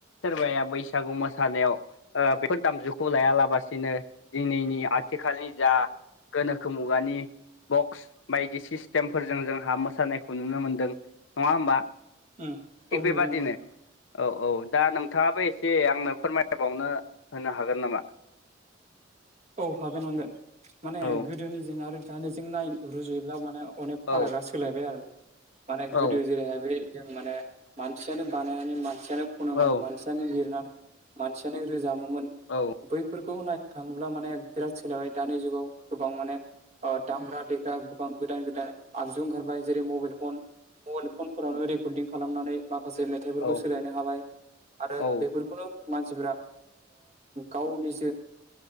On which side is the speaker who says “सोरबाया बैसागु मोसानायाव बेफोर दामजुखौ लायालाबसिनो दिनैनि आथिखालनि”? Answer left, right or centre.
Left